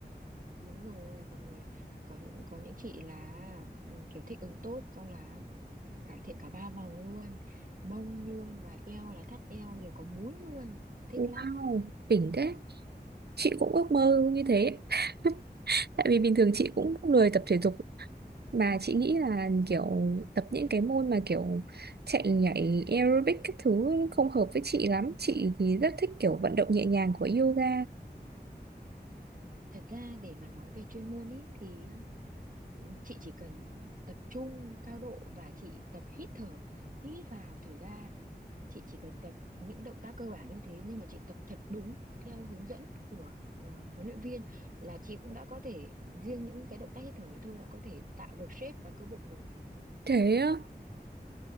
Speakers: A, on the right; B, on the right.
A: đúng rồi, mọi người có những có những chị là ừ, kiểu thích ứng tốt xong là cải thiện cả ba vòng luôn mông luôn và eo là thắt eo rồi có múi luôn thích
B: Wow,
A: lắm
B: đỉnh thế. Chị cũng ước mơ như thế. <laughs> Tại vì bình thường chị cũng lười tập thể dục Mà chị nghĩ là kiểu tập những cái môn mà kiểu chạy nhảy aerobic các thứ không hợp với chị lắm. Chị thì rất thích kiểu vận động nhẹ nhàng của yoga.
A: thật ra để mà nói về chuyên môn ý thì á, chị chỉ cần tập trung cao độ và chị tập hít thở hít vào thở ra chị chỉ cần tập những động tác cơ bản như thế nhưng mà chị tập thật đúng theo hướng dẫn của à, huấn luyện viên là chị cũng đã có thể riêng những cái động tác hít thở ấy thôi đã có thể tạo được shape và cơ bụng rồi
B: Thế á,